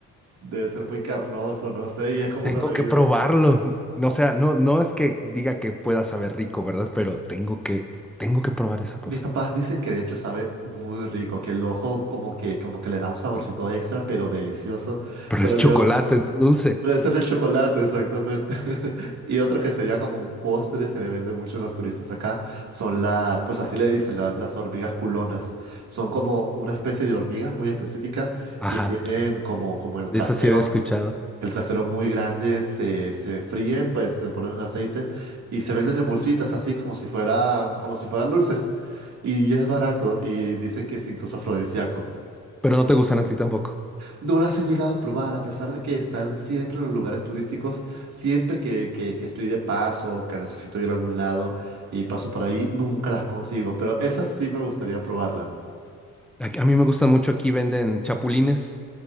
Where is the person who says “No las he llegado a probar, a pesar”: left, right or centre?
Right